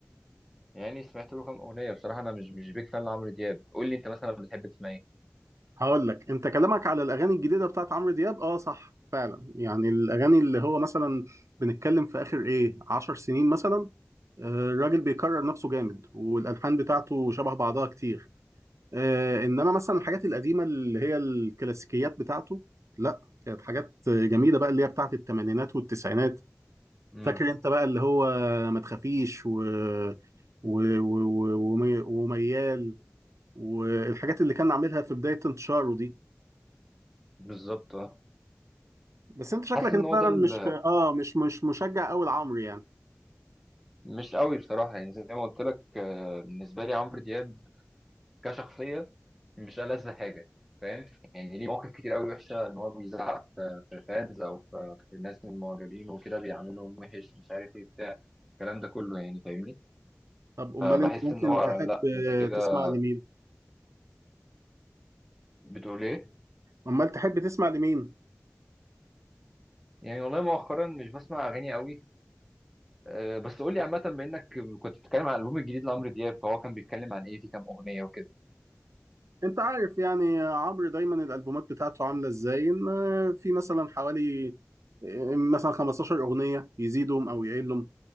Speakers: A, in the centre; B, on the right.
A: يعني سمعت له كام اغنيه بصراحه انا مش مش بيك فان لعمرو دياب قول لي انت مثلا بتحب تسمع ايه
B: هقول لك انت كلامك على الاغاني الجديده بتاعت عمرو دياب اه صح فعلا يعني الاغاني اللي هو مثلا بنتكلم في اخر ايه 10 سنين مثلا آه، الراجل بيكرر نفسه جامد والالحان بتاعته شبه بعضها كتير آه، انما مثلا الحاجات القديمه اللي هي الكلاسيكيات بتاعته لا كانت حاجات جميله بقى اللي هي بتاعت الثمانينات والتسعينات
A: امم
B: فاكر انت بقى اللي هو ما تخافيش و... و... و... و... ومي- وميال والحاجات اللي كان عاملها في بدايه انتشاره دي
A: بالظبط اه
B: بس انت شكلك
A: حاسس ان
B: انت
A: هو
B: فعلا
A: ده ال-
B: مش اه مش مش مشجع قوي لعمرو يعني
A: مش قوي بصراحه يعني زي ما قلت لك آه، بالنسبه لي عمرو دياب كشخصيه مش ألذ حاجة فاهم يعني ليه مواقف كتير قوي وحشة إن هو بيزعق في في الفانز أو في في الناس من المعجبين وكده بيعملهم وحش مش عارف إيه بتاع الكلام ده كله يعني فاهمني
B: طب امال
A: فبحس
B: انت ممكن
A: إن هو
B: تحب
A: لأ أنت كده
B: تسمع لمين
A: بتقول إيه
B: امال تحب تسمع لمين
A: يعني والله مؤخرا مش بسمع أغاني قوي أه، بس قول لي عامة بما إنك كنت بتتكلم عن الألبوم الجديد لعمرو دياب فهو كان بيتكلم عن إيه في كام أغنية وكده
B: انت عارف يعني عمرو دايما الالبومات بتاعته عامله ازاي ان في مثلا حوالي مثلا 15 اغنيه يزيدهم او يقلهم